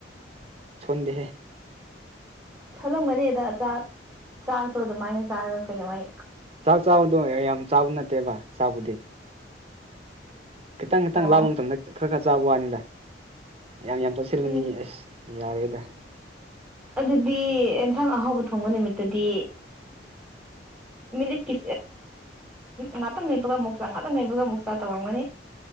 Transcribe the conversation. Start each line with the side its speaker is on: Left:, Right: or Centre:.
Right: ꯀꯗꯦ ꯍꯥꯏꯦ
Centre: ꯊꯣꯂꯝꯒꯅꯤ ꯑꯗ ꯆꯥꯛ ꯆꯥꯛꯇꯣ ꯑꯗꯨꯃꯥꯏꯅ ꯆꯥꯛꯒ ꯀꯩꯅꯃꯥꯏ
Right: ꯆ ꯆꯥꯕꯗꯣ ꯌꯥꯝ ꯆꯥꯕ ꯅꯠꯇꯦꯚ ꯆꯥꯕꯗꯤ ꯈꯤꯇꯪ ꯈꯤꯇꯪ
Centre: ꯑꯣ
Right: ꯂꯥꯕ ꯃꯇꯝꯗ ꯈꯔ ꯈꯔ ꯆꯥꯕ ꯋꯥꯅꯤꯗ ꯌꯥꯝ ꯌꯥꯝ ꯆꯠꯁꯤꯜꯂꯔꯕꯅꯤ
Centre: ꯎꯝ
Right: ꯑꯁ ꯌꯥꯔꯒꯦꯗ
Centre: ꯑꯗꯨꯗꯤ ꯑꯦꯟꯁꯥꯡ ꯑꯍꯥꯎꯕ ꯊꯣꯡꯕ ꯅꯨꯃꯤꯠꯇꯗꯤ ꯃꯤꯅꯤꯠꯀꯤ ꯉꯥꯛꯇꯪ ꯂꯩꯕꯒ ꯑꯃꯨꯛ ꯆ ꯉꯥꯛꯇꯪ ꯂꯩꯕꯒ ꯑꯃꯨꯛ ꯆꯥ ꯇꯧꯔꯝꯒꯅꯤ